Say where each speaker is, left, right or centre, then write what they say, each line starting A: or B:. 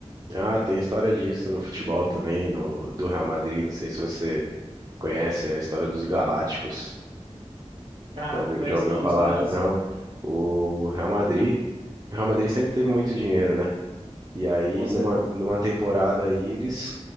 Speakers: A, on the right; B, on the right.
A: Ah, tem história disso no futebol também, no, do Real Madrid. Não sei se você conhece a história dos Galácticos.
B: Cara,
A: Já ouviu,
B: não conheço
A: já ouviu
B: não,
A: falar?
B: que história é essa?
A: Não. O Real Madrid, o Real Madrid sempre teve muito dinheiro, né? E aí,
B: Com certeza.
A: numa, numa temporada aí, eles